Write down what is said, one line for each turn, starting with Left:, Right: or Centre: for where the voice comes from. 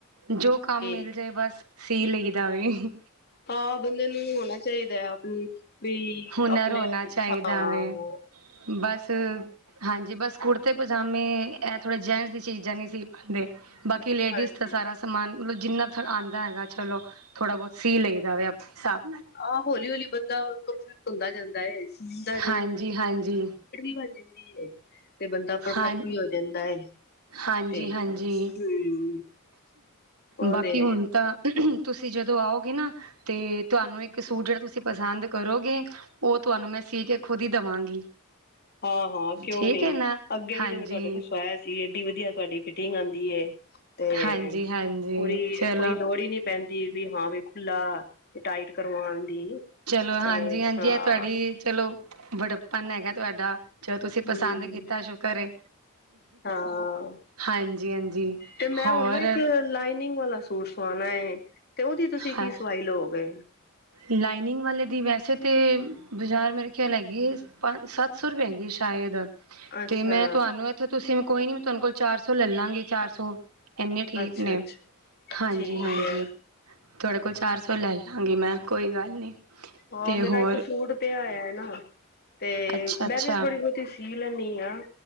Right: ਜੋ ਕੰਮ
Left: ਤੇ
Right: ਮਿਲ ਜਾਏ ਬਸ ਸੀ ਲਈਦਾ ਵੀ
Left: ਆ ਬੰਦੇ ਨੂੰ ਹੋਣਾ ਚਾਹੀਦਾ, ਆਪ ਵੀ
Right: ਹੁਨਰ
Left: ਆਪਣੇ
Right: ਹੋਣਾ ਚਾਹੀਦਾ
Left: ਹਾਂ ਹੋ।
Right: ਵੇ ਬਸ ਹਾਂਜੀ ਬਸ ਕੁੜਤੇ ਪਜਾਮੇ ਇਹ ਥੋੜ੍ਹੇ ਜੈਂਟਸ ਦੀ ਚੀਜ਼ਾਂ ਨਹੀਂ ਸੀ ਪਾਉਂਦੇ। ਬਾਕੀ, ਲੇਡੀਜ਼
Left: ਹਾਂਜੀ
Right: ਦਾ ਸਾਰਾ ਸਮਾਨ ਜਿੰਨਾ ਆਉਂਦਾ ਹੈਗਾ, ਚਲੋ ਥੋੜ੍ਹਾ ਬਹੁਤ ਸੀ ਲਈ ਦਾਵੇ ਆਪਣੇ ਹਿਸਾਬ ਨਾਲ।
Left: ਆਹ ਹੌਲੀ- ਹੌਲੀ ਬੰਦਾ ਪਰਫੈਕਟ ਹੁੰਦਾ ਜਾਂਦਾ ਏ ਬਣ
Right: ਹਾਂਜੀ ਹਾਂਜੀ
Left: ਜਾਂਦੀ ਹੈ ਤੇ ਬੰਦਾ ਪਰਫੈਕਟ
Right: ਹਾਂ
Left: ਵੀ ਹੋ ਜਾਂਦਾ ਹੈ।
Right: ਹਾਂਜੀ
Left: ਤੇ
Right: ਹਾਂਜੀ
Left: ਹ ਉਹ
Right: ਬਾਕੀ
Left: ਤੇ
Right: ਹੁਣ ਤਾਂ ਤੁਸੀਂ ਜਦੋਂ ਆਓਗੇ ਨਾ, ਤੇ ਤੁਹਾਨੂੰ ਇੱਕ ਸੂਟ ਜਿਹੜਾ ਤੁਸੀਂ ਪਸੰਦ ਕਰੋਗੇ। ਉਹ ਤੁਹਾਨੂੰ ਮੈਂ ਸੀ ਕੇ ਖੁਦ ਹੀ ਦੇਵਾਂਗੀ।
Left: ਹਾਂ ਹਾਂ ਕਿਉਂ
Right: ਠੀਕ
Left: ਨਹੀਂ,
Right: ਹੈ ਨਾ
Left: ਅੱਗੇ ਵੀ
Right: ਹਾਂਜੀ
Left: ਤੇ ਮੈਂ ਤੁਹਾਡੇ ਕੋਲ ਸਵਇਆ ਸੀ ਏਡੀ ਵਧੀਆ ਤੁਹਾਡੀ ਫਿਟਿੰਗ ਆਉਂਦੀ ਏ। ਤੇ
Right: ਹਾਂਜੀ ਹਾਂਜੀ
Left: ਪੂਰੀ
Right: ਚਲੋ
Left: ਕੋਈ ਲੋੜ ਹੀ ਨੀ ਪਹਿੰਦੀ ਵੀ ਹਾਂ ਵੀ ਖੁਲਾ ਟਾਈਟ ਕਰਵਾਉਣ ਦੀ।
Right: ਚਲੋ। ਹਾਂਜੀ-ਹਾਂਜੀ।
Left: ਤੇ ਹਾਂ
Right: ਇਹ। ਤੁਹਾਡੀ। ਚਲੋ। ਬਡਪਨ ਹੈਗਾ ਤੁਹਾਡਾ ਜਲ। ਤੁਸੀਂ ਪਸੰਦ
Left: ਹੂੰ
Right: ਕੀਤਾ ਸ਼ੁਕਰ।
Left: ਹਾਂ।
Right: ਹਾਂਜੀ ਹਾਂਜੀ
Left: ਤੇ ਮੈਂ
Right: ਹੋਰ
Left: ਹੁਣ ਨਾ ਇੱਕ ਲਾਈਨਿੰਗ ਵਾਲਾ ਸੂਟ। ਸਵਾਣਾ। ਤੇ ਉਹਦੀ ਤੁਸੀਂ ਕੀ
Right: ਹਾਂ
Left: ਸਵਾਈ ਲਓਗੇ।
Right: ਲਾਈਨਿੰਗ ਵਾਲੇ ਦੀ ਵੈਸੇ ਤੇ। ਬਾਜ਼ਾਰ ਮੇਰੇ ਖਿਆਲ ਹੈਗੀ ਪੰਜ ਸੱਤ ਸੌ ਰੁਪਏ ਹੈਗੀ ਸ਼ਾਇਦ
Left: ਅੱਛਾ
Right: ਤੇ ਮੈਂ ਤੁਹਾਨੂੰ। ਉੱਥੇ ਤੁਸੀਂ ਮ ਕੋਈ ਨੀ ਮੈਂ ਤੁਹਾਨੂੰ ਕੋਲ ਚਾਰ ਸੌ ਲੈ ਲਾਂਗੀ ਚਾਰ ਸੌ। ਇੰਨੇ ਠੀਕ
Left: ਅੱਛਾ
Right: ਨੇ
Left: ਅੱਛਾ
Right: ਹਾਂਜੀ-ਹਾਂਜੀ।
Left: ਠੀਕ ਹੈ
Right: ਤੁਹਾਡੇ ਕੋਲ ਚਾਰ ਸੌ ਲੈ ਲਵਾਂਗੀ ਮੈਂ ਕੋਈ ਗੱਲ ਨਹੀਂ।
Left: ਹਾਂ
Right: ਤੇ
Left: ਮੇਰਾ
Right: ਹੋਰ
Left: ਇੱਕ ਸੂਟ ਪਿਆਇ ਨਾ ਤੇ
Right: ਅੱਛਾ ਅੱਛਾ
Left: ਮੈਂ ਵੀਥੋੜੀ। ਸੀ। ਲੈਂਦੀ। ਹਾਂ।